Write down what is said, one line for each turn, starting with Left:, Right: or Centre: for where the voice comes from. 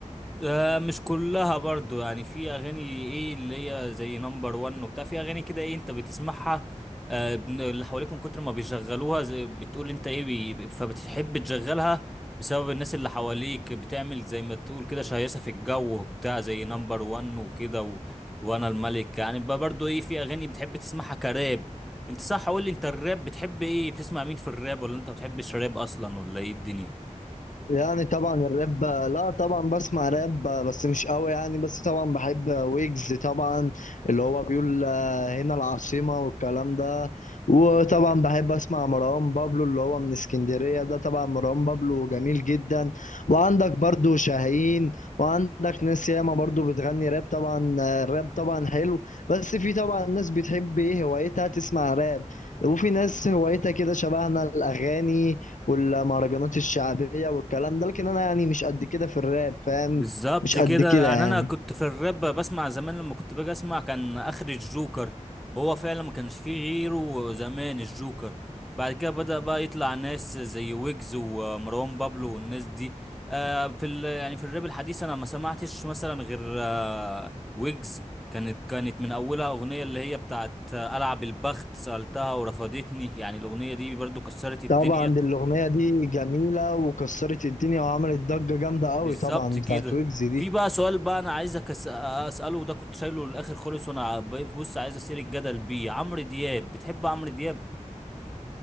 Centre: ده مش كلها برضو يعني في اغاني ايه اللي هي زي نمبر وان وبتاع في اغاني كده ايه انت بتسمعها آه، بن- اللي حواليك من كتر ما بيشغلوها زي بتقول انت ايه بي فبتحب تشغلها بسبب الناس اللي حواليك بتعمل زي ما تقول كده شهيصة في الجو بتاع زي نمبر وان وكده و... وانا الملك يعني بقى برضو ايه في اغاني بتحب تسمعها كراب انت صح قول لي انت الراب بتحب ايه بتسمع مين في الراب ولا انت ما بتحبش راب اصلا ولا ايه الدنيا
Left: يعني طبعا الراب لا طبعا بسمع راب بس مش قوي يعني بس طبعا بحب ويجز طبعا اللي هو بيقول آه، هنا العاصمة والكلام ده وطبعا بحب اسمع مروان بابلو اللي هو من اسكندرية ده طبعا مروان بابلو جميل جدا وعندك برضو شاهين وعندك ناس ياما برضو بتغني راب طبعا آه، الراب طبعا حلو بس في طبعا ناس بتحب ايه هوايتها تسمع راب وفي ناس هوايتها كده شبهنا الاغاني والمهرجانات الشعبية والكلام ده لكن أنا يعني مش قد كده في الراب فاهم
Centre: بالظبط
Left: مش
Centre: كده
Left: قد كده
Centre: يعني
Left: يعني
Centre: انا كنت في الراب بسمع زمان لما كنت باجي اسمع كان اخر الجوكر هو فعلا ما كانش فيه غيره زمان الجوكر بعد كده بدأ بقى يطلع ناس زي ويجز ومروان بابلو والناس دي آه في ال يعني في الراب الحديث انا ما سمعتش مثلا غير آه ويجز كانت كانت من اولها اغنية اللي هي بتاعت آه، العب البخت سألتها ورفضتني يعني الاغنية دي برضو كسرت الدنيا
Left: طبعا دي الأغنية دي جميلة وكسرت الدنيا وعملت ضجة جامدة قوي
Centre: بالظبط
Left: طبعا
Centre: كده
Left: بتاعت ويجز دي
Centre: في بقى سؤال بقى انا عايزك أس- اساله وده كنت شايله للاخر خالص وانا بص عايز اثير الجدل بيه عمرو دياب بتحب عمرو دياب